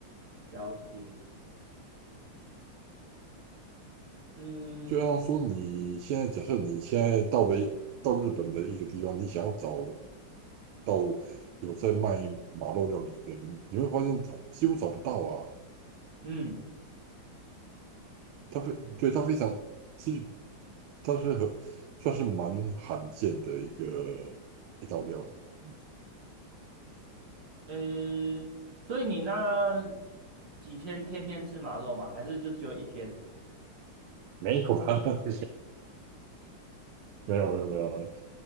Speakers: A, on the right; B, on the right.
A: 了解。嗯
B: 就像说你现在假设你现在到了一到日本的一个地方，你想要找到有在卖马肉料理的，你你会发现几乎找不到啊。
A: 嗯，
B: 它非对它非常，其实它是很算是蛮罕见的一个一道料理。
A: 诶，所以你那几天天天吃马肉吗？还是就只有一天？
B: 没有，<laughs> 没有，没有，没有，